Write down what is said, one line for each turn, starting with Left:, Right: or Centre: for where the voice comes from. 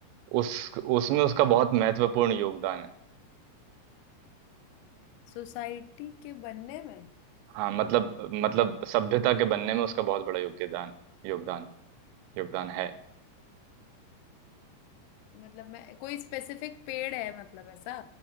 Right: उस उसमें उसका
Left: हाँ
Right: बहुत महत्वपूर्ण योगदान है
Left: सोसाइटी के बनने में
Right: हाँ मतलब मतलब सभ्यता के बनने में उसका बहुत बड़ा योगदान योगदान योगदान है
Left: मतलब मैं कोई स्पेसिफिक पेड़ है मतलब ऐसा